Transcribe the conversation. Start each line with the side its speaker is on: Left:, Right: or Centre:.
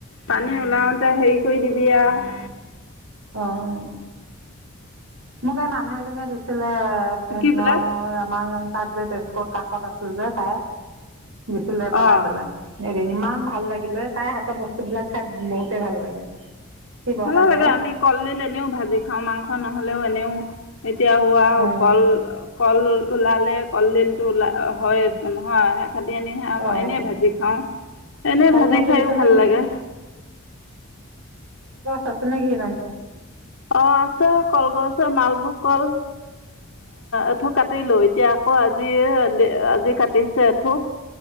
Left: পানী ওলাওতে হেৰি কৰি দিবি আহ
Right: আহ মোক এই মানুহ এজনীয়ে দিছিল। তে সেইদিন
Left: কি বোলে
Right: আমাৰ। তাত যে তেজপত কাষত আছিল যে তাই। দিছিলে বনাই
Left: অ'।
Right: পেলায়। এদিন ইমান ভাল লাগিলে তাইৰ হাতৰ বস্তুবিলাক খাই বহুতেই ভাল লাগে। শিৱসাগৰৰ
Left: ভাল লাগে আমি কলডিল এনেও ভাজি খাওঁ মাংস নহ'লেও এনেও এতিয়া হোৱা
Right: অঁ
Left: কল কল ওলালে কলডিলটো ওলা হয়চোন হয় ভাটি আনিহে
Right: অঁ
Left: এনেই ভাজি খাওঁ। এনে
Right: কলগছ
Left: ভাজি খাইয়ো
Right: ৰুইছে নে
Left: ভাল
Right: কি?
Left: লাগে।
Right: সচনে ঘি ইমানতে
Left: অ' আছে কলগছছে মালভোগ কল এথোক কাটিলো এতিয়া আকৌ আজি আজি কাটিছে। এঠুক